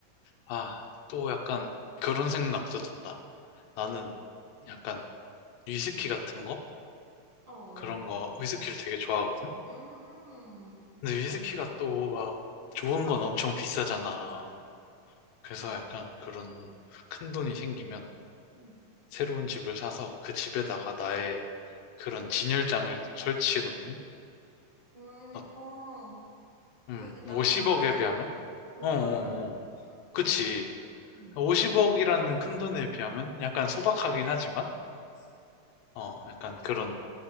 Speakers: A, on the left; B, on the right.
A: 아, 또 약간 그런 생각도 든다. 나는 약간 위스키 같은 거?
B: 어.
A: 그런 거, 위스키를 되게 좋아하거든?
B: 음,
A: 근데 위스키가 또 막
B: 비싸지.
A: 좋은 건 엄청 비싸잖아.
B: 맞아.
A: 그래서 약간 그런 큰 돈이 생기면
B: 응.
A: 새로운 집을 사서 그 집에다가 나의 그런 진열장을 설치해 놓는?
B: 음,
A: 어,
B: 어.
A: 음,
B: 그러니까 남자들의
A: 50억에 비하면?
B: 로망
A: 어어어.
B: 아니야?
A: 그치.
B: 응,
A: 50억이라는 큰 돈에 비하면 약간 소박하긴 하지만,
B: 그치.
A: 어, 약간 그런